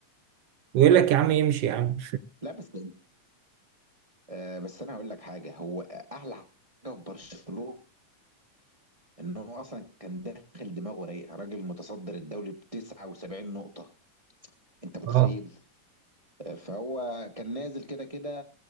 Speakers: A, on the right; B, on the right.
A: ويقول لك يا عم يمشي يا عم
B: لا بس آه بس انا هقول لك حاجه هو احلى حاجه في برشلونه انه اصلا كان داخل دماغه رايق راجل متصدر الدوري ب 79 نقطه انت
A: <laughs>
B: متخيل
A: اه
B: فهو كان نازل كده كده